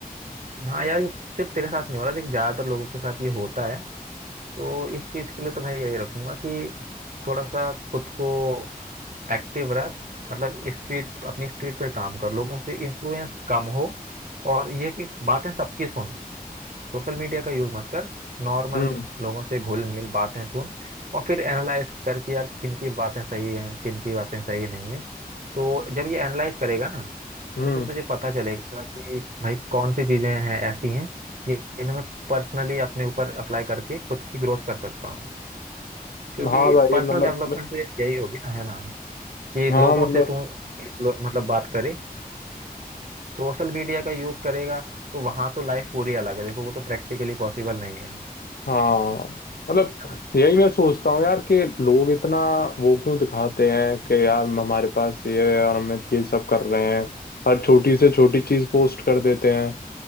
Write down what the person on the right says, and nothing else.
हाँ यार ये सिर्फ तेरे साथ नहीं हो रहा देखिए ज्यादातर लोगों के साथ ये होता है तो इस चीज के लिए तो भाई यही रखूंगा कि थोड़ा सा खुद को एक्टिव रख मतलब स्पीड अपनी स्पीड पर काम कर लोगों से इन्फ्लुएंस कम हो और यह कि बातें सबकी सुन सोशल मीडिया का यूज मत कर नॉर्मल
लोगों से घुल मिल बातें सुन और फिर एनालाइज कर कि यार किन की बातें सही हैं किन की बातें सही नहीं है तो जब ये एनालाइज करेगा ना
तो फिर तुझे पता चलेगा कि भाई कौन सी चीजें हैं ऐसी हैं ये- जिन्हें मैं पर्सनली अपने ऊपर अप्लाई करके खुद की ग्रोथ कर सकता हूँ क्योंकि
पर्सनल
डेवलपमेंट
तो यही होगी ना है ना कि
लोगों
से तू एक लो- मतलब बात करे सोशल मीडिया का यूज करेगा तो वहां तो लाइफ पूरी अलग है देखो वो तो प्रैक्टिकली पॉसिबल नहीं है
है ना